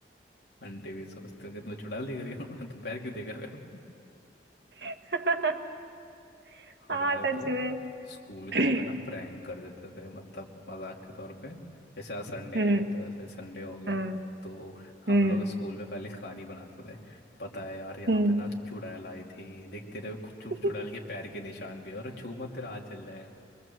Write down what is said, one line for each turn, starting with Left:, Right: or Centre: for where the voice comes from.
Left: आंटी भी सोचते हो कि तुम्हें चुड़ैल दिख रही हो <laughs> तुम पैर क्यों देख रहे हो
Right: <laughs>
Left: हमारे
Right: हाँ सच
Left: तो
Right: में
Left: स्कूल के
Right: <clears throat>
Left: यहाँ पे ना प्रैंक कर देते थे मतलब मजाक के तौर पे जैसे आज संडे
Right: हम्म
Left: है तो ऐसे संडे हो गया
Right: हम्म
Left: तो हम
Right: हम्म
Left: लोग स्कूल में पहले कहानी बनाते थे पता है यार यहाँ
Right: हम्म
Left: पे ना चुड़ैल आई थी देख तेरे कु- चु,
Right: <laughs>
Left: चुड़ैल के पैर के निशान भी है, और छू मत तेरा हाथ जल जाएगा